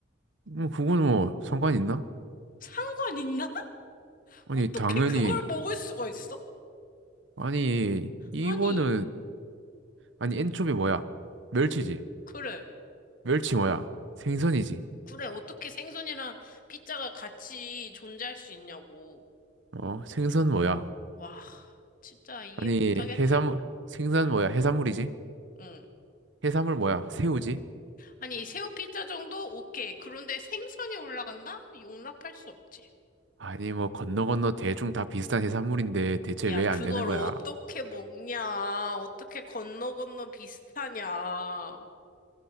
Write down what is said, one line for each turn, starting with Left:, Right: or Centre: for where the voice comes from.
Right: 뭐 그건 뭐 상관 있나?
Left: 상관 있나?
Right: 아니
Left: 어떻게
Right: 당연히
Left: 그걸 먹을 수가 있어?
Right: 아니 이거는
Left: 아니,
Right: 아니 엔초비 뭐야? 멸치지.
Left: 그래.
Right: 멸치 뭐야? 생선이지.
Left: 그래. 어떻게 생선이랑 피자가 같이 존재할 수 있냐고.
Right: 어 생선 뭐야?
Left: 와, 진짜 이해
Right: 아니
Left: 못하겠다.
Right: 해산물 생선 뭐야? 해산물이지.
Left: 응.
Right: 해산물 뭐야? 새우지.
Left: 아니, 새우 피자 정도? 오케이. 그런데 생선이 올라간다? 용납할 수 없지.
Right: 아니 뭐 건너 건너 대충 다 비슷한 해산물인데 대체
Left: 야,
Right: 왜
Left: 그걸
Right: 안 되는 거야?
Left: 어떻게 먹냐? 어떻게 건너 건너 비슷하냐? 아,